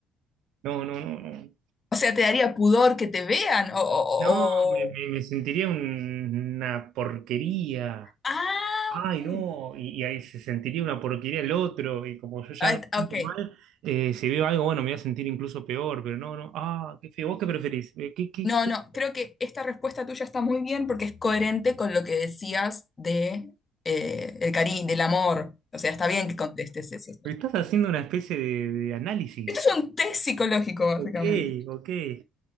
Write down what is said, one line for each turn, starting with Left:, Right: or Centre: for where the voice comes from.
Right: no, no, no, no.
Left: O sea, ¿te daría pudor que te vean? O, o- o-
Right: No, me, me- me sentiría un- una porquería.
Left: Ah,
Right: Ay,
Left: ok.
Right: no, y, y ahí se sentiría una porquería el otro, y como yo ya
Left: Ah,
Right: me
Left: et-
Right: siento
Left: ok.
Right: mal, eh, si veo algo, bueno, me voy a sentir incluso peor, pero no, no, ah, qué feo, ¿vos qué preferís? Eh, ¿Qué, qué,
Left: No,
Right: qué?
Left: no, creo que esta respuesta tuya está muy bien porque es coherente con lo que decías de eh, el cariño, del amor. O sea, está bien que contestes eso.
Right: Pero Estás haciendo una especie de, de análisis.
Left: Esto es un test psicológico, básicamente.
Right: Ok, ok. Eh,